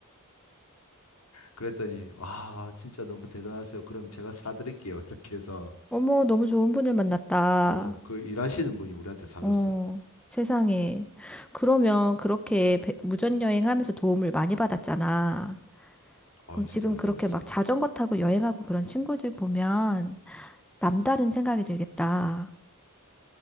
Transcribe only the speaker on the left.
그랬더니 아 진짜 너무 대단하세요. 그럼 제가 사드릴게요. 이렇게 해서
어 그 일하시는 분이 우리한테 사줬어.
어
진짜
많이
받았지.